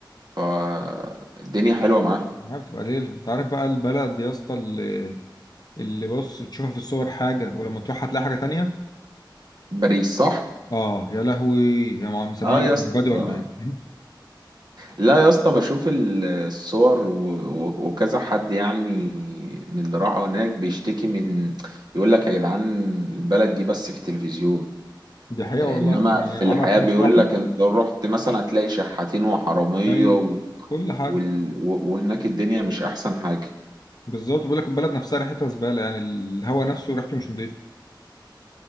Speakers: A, on the right; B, on the left.
A: فالدنيا حلوه معاهم
B: عارف تبقى ليلة انت عارف بقى البلد يا اسطى اللي اللي بص بتشوفها في الصور حاجة ولما تروح هتلاقي حاجة تانية
A: باريس صح
B: اه يا لهوي يا عم مسمع
A: اه
B: لك
A: يا
B: المبادئ
A: اسطى آه.
B: ولا ايه <laughs>
A: لا يا اسطى بشوف ال- الصور و... و... وكذا حد يعني من اللي راح هناك بيشتكي من يقول لك يا جدعان البلد دي بس في التلفزيون
B: دي حقيقه
A: انما
B: والله يعني
A: في الحياة
B: اعرف ناس
A: بيقول
B: راحت
A: لك انت رحت مثلا هتلاقي شحاتين وحرامية
B: ايوه
A: و...
B: كل حاجه
A: وال... و... وهناك الدنيا مش احسن حاجة
B: بالظبط بيقول لك البلد نفسها ريحتها زباله يعني الهواء نفسه ريحته مش نظيفه